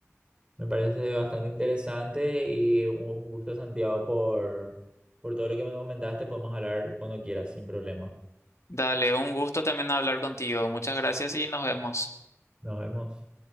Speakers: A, on the right (about 20°); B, on the left (about 70°).
A: Me parece bastante interesante y un gusto, Santiago, por, por todo lo que me comentaste. Podemos hablar cuando quieras, sin problema.
B: Dale, un gusto también hablar contigo. Muchas gracias y nos vemos.
A: Nos vemos.